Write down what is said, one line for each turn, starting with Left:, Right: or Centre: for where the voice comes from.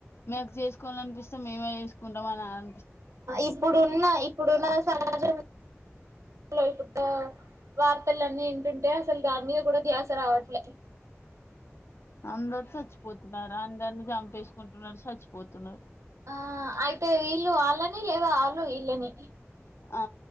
Left: మేము జెస్కోవాలి అనిపిస్తే మేమే చేసుకుంటాం అనాలి
Right: ఇప్పుడున్న ఇప్పుడున్న సమాజంలో ఇప్పుడు వార్తలన్నీ వింటుంటే అసల్ దన్మీద గూడా ధ్యాస రావట్లే.
Left: అందరు చచ్చిపోతున్నారు. అందర్ని జంపేసుకుంటున్నారు సచ్చిపోతున్నరు
Right: ఆ అయితే వీళ్ళు వాళ్ళని లేదా ఆళ్ళు ఇళ్ళని
Left: ఆ